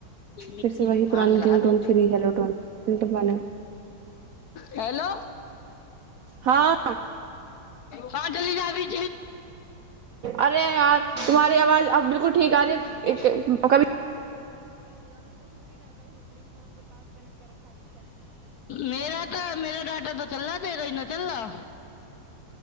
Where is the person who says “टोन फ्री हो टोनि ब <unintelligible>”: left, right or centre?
Right